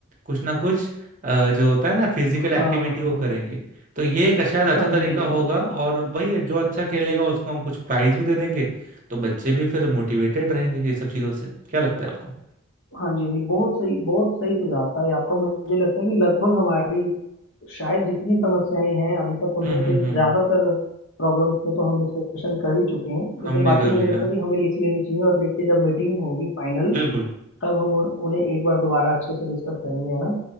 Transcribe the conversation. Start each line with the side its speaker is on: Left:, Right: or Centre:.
Right: कुछ ना कुछ अ, जो होता है ना फिजिकल एक्टिविटी
Left: हाँ हाँ
Right: वो
Left: हाँ
Right: करेंगे तो ये एक शायद अच्छा
Left: हाँ
Right: तरीका
Left: जी हाँ जी हाँ
Right: होगा
Left: जी
Right: और वही है जो अच्छा खेलेगा उसको हम कुछ प्राइज भी दे देंगे तो बच्चे भी फिर मोटिवेटेड रहेंगे ये सब चीजों से क्या लगता है आपको
Left: हाँ जी नहीं बहुत सही बहुत सही सुझाव था ये आपका मुझे लगता है कि लगभग हमारी शायद जितनी समस्याएं हैं अभी तक उनमें
Right: हम्म हम्म
Left: से
Right: हम्म
Left: ज्यादातर प्रॉब्लम्स पे तो हम डिस्कशन कर ही चुके हैं लेकिन
Right: हमने
Left: बाकी
Right: कर
Left: मुझे
Right: लिया
Left: लगता है कि हमें लिख लेनी चाहिए और लिख के जब मीटिंग होगी फाइनल
Right: बिल्कुल
Left: तब हम उन- उन्हें एक बार दोबारा अच्छे से डिस्कस करेंगे है ना